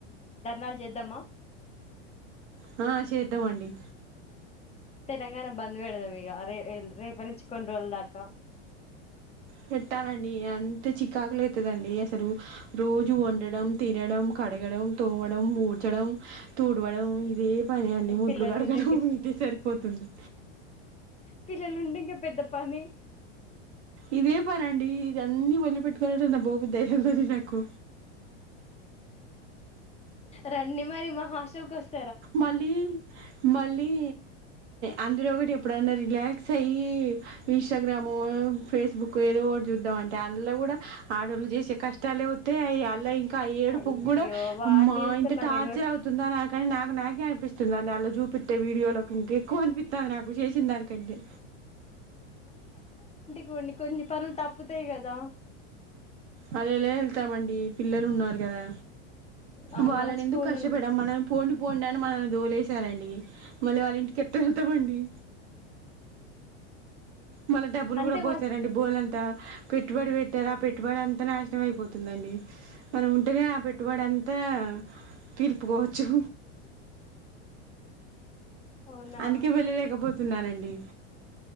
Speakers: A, on the left (about 20°); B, on the right (about 75°).
A: ధర్నాలు చేద్దామా
B: ఆ ఆ చేద్దామండి
A: తెలంగాణ బంద్ పెడదాం ఇగ రేల్ రేపనించు కొన్ని రోజుల దాకా
B: పెట్టాలండి అంతే చికాకులు అయితదండి అసలు రోజు వండడం తినడం కడగడం తోమడం మూడ్చడం తుడవడం ఇవే పని అండి ముడ్లు
A: పిల్లలు
B: గడగడం
A: ఉంటే
B: ఇదే సరిపోతుంది
A: పిల్లలుండి ఇంకా పెద్ద పని
B: ఇదే పన అండి ఇది అన్ని వదిలి పెట్టుకోనీ ఎటైనా పో బుద్ధి అయితుందండి నాకు
A: రండి మరి మా హాస్టెల్కి వస్
B: మల్లి మళ్ళీ అందులో ఒకటి ఎప్పుడన్నా రిలాక్స్ అయ్యి ఇన్స్టాగ్రామ్ ఫేస్బుక్ ఏదో ఒకటి చూద్దాం అంటే అందులో కూడా ఆడోళ్లు చేసే కష్టాలే వత్తాయి అవి అలో ఏడుపు
A: అయ్యో
B: కూడా
A: వాడిని
B: అమ్మ
A: చూసుకొని
B: ఇంత
A: మనం
B: టార్చర్
A: ఏమో
B: అవుతుందా అని కానీ నాకు నాకే అనిపిస్తుంది అని అలా చూపిట్టే వీడియోలోకి ఇంకా కు అనిపిత్తాంది నాకు చేసిందాని కంటే
A: కొన్ని కొన్ని పనులు తప్పుతాయి కదా
B: అలా ఎలా వెళ్తామండి పిల్లలు ఉన్నారు కదా
A: అవును
B: వాళ్ళని
A: వాళ్ళ స్కూల్
B: ఎందుకు కష్టపడం
A: ఉంటాయి
B: మనం పోనీ పోండాని మనం దోలేసారండి మళ్ళీ వాళ్ళ ఇంటికి ఎట్ట వెళ్తామండి మళ్ళా డబ్బులు
A: అంటే
B: కూడా పోతారండి
A: వాళ్ళు
B: బోలంతా పెట్టుబడి పెట్టారు ఆ పెట్టుబడి అంతా నాశనం అయిపోతుందండి మనం ఉంటేనే ఆ పెట్టుబడి అంతా తీర్పుకోవచ్చు
A: అవునా
B: అందుకే వెళ్ళలేకపోతున్నానండి